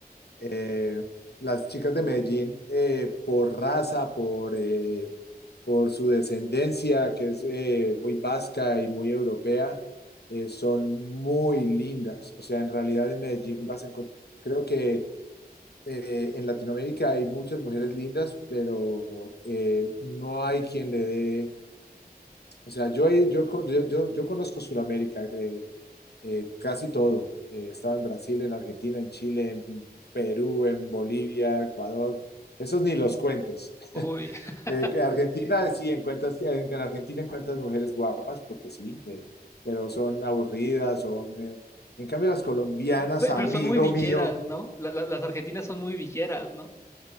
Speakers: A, on the left; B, on the left.
A: eh, las chicas de Medellín eh, por raza, por, eh, por su descendencia, que es eh, muy vasca y muy europea, eh, son muy lindas. O sea, en realidad en Medellín vas a encontrar, creo que eh, en Latinoamérica hay muchas mujeres lindas, pero eh, no hay quien le dé, o sea, yo, yo, yo, yo, yo conozco Sudamérica. eh, eh, casi todo. Eh, estaba en Brasil, en Argentina, en Chile, en Perú, en Bolivia, Ecuador. Esos ni los cuentes. <laughs>
B: uy. <laughs>
A: Eh, que Argentina, sí, encuentras, en en Argentina encuentras mujeres guapas, porque sí, eh, pero son aburridas, son... eh, en cambio, las colombianas,
B: Pe-
A: amigo
B: Pero son muy villeras,
A: mío,
B: ¿no? La- la- las argentinas son muy villeras, ¿no?